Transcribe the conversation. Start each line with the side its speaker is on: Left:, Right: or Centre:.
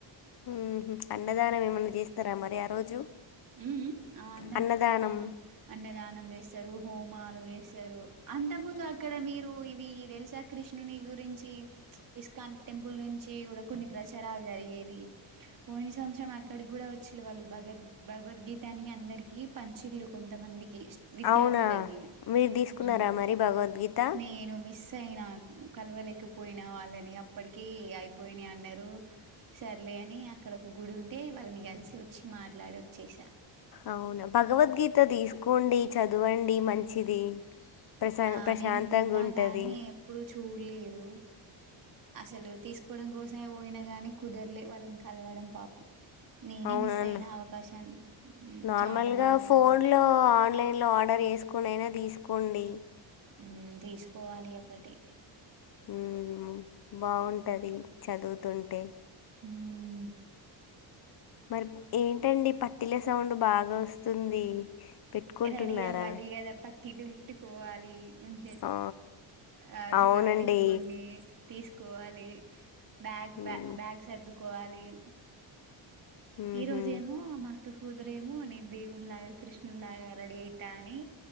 Left: ఉహు అ అన్నదానం ఏమన్నా చేస్తారా మరి ఆ రోజు
Right: ఊ ఆ అన్న
Left: అన్నదానం
Right: ఆ అన్నదానం స్తారు హోమాలు వేస్తారు అంత ముందు అక్కడ మీరు ఇవి తెలుసా కృష్ణుని గురించి ఇస్కాన్ టెంపుల్ నుంచి కూడా కొన్ని ప్రచారాలు జరిగేవి పోయిన సంవత్సరం అక్కడి కూడా వచ్చే వాళ్ళు భగద్ భగవద్గీతని అందరికి పంచిళ్ళు కొంతమంది విద్యార్థులకి
Left: అవునా మీరు తీసుకున్నారా
Right: ఉ
Left: మరి భగవద్గీత
Right: నేను మిస్ అయినా కలవలేకపోయినా వాళ్ళని అప్పటికి అయిపోయిన అన్నారు సర్లే అని అక్కడ ఒక గుడి ఉంటే వాళ్ళని కలిసి వచ్చి మాట్లాడవచ్చు చేసా
Left: అవునా భగవద్గీత తీసుకోండి చదవండి మంచిది ప్రశా
Right: ఆ
Left: ప్రశాంతంగా
Right: నేను విన్నా
Left: ఉంటుంది
Right: గాని ఎప్పుడు చూడలేదు అసలు తీసుకోవడం కోసమే వినగానే కుదరలే వాళ్ళని కలవడం పాపం నేనే
Left: అవునను
Right: మిస్ అయిన అవకాశాన్ని మ్మ్
Left: నార్మల్గా
Right: చాలా బాధపడ్డా
Left: ఫోన్లో ఆన్ లైన్ ఆర్డర్ చెసుకునియినా తీసుకోండి
Right: ఉ తీసుకోవాలి ఒకటి
Left: హు బాగుం ది చదువుతుంటే
Right: ఊ
Left: మరి ఏంటండి పట్టిలేస్ సౌండ్ బాగా వస్తుంది పెట్టుకుంటున్నారా
Right: రెడి అవాలి కద పట్టిలు పెట్టు కోవాలి మంచిగ
Left: ఆ,
Right: ఆ జ్యువెలరీస్
Left: అవునండి
Right: కొన్ని తీసుకోవాలి బ్యాగ్
Left: మ్మ్.
Right: బ బ్యాగ్ సర్దుకోవాలి క్
Left: మ్మ్హ్మ్.
Right: ఈ రోజేమో మా అక్క కూతురేమో నేను దేవుళ్లాగా కృష్ణులాగా రెడీ అయితా అని